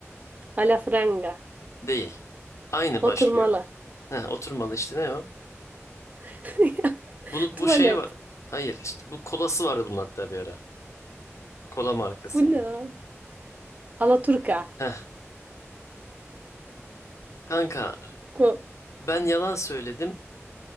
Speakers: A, on the right; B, on the left.
A: Alafranga.
B: Değil. Aynı
A: Oturmalı.
B: başlıyor. Heh, oturmalı işte ne o?
A: <laughs>
B: Bunu
A: Tuvalet.
B: bu şey var. Hayır işte bu kolası vardı bunun hatta bir ara. Kola markasıydı.
A: Bu ne? abi? Alaturka.
B: Heh. Kanka
A: Ko.
B: ben yalan söyledim.